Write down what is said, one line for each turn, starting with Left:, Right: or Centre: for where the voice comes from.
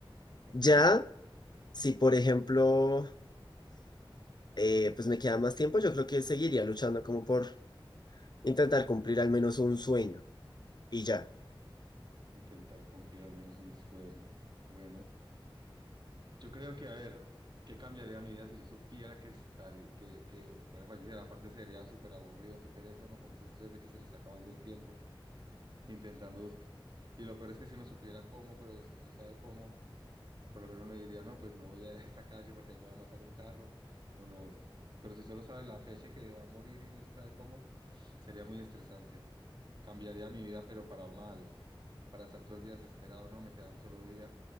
Right: Ok.
Left: Ya, si por ejemplo, eh, pues me queda más tiempo, yo creo que seguiría luchando como por intentar cumplir al menos un sueño y ya.
Right: Intentar cumplir al menos un sueño. Bueno, yo creo que, a ver, ¿qué cambiaría mi vida si yo supiera que estaría, que, que fuera a fallecer? Aparte sería súper aburrido, qué pereza uno con ese estrés de que se le está acabando el tiempo, intentando buscar. Y lo peor es que si uno supiera cómo, pero si no sabe cómo, por lo menos uno diría, no, pues no voy a <laughs> esta calle porque ahí me va a matar un carro, o no. Pero si solo sabe la fecha que va a morir y no se sabe cómo, sería muy estresante. Cambiaría mi vida, pero para mal, para estar todo el día desesperado, no, me queda un solo día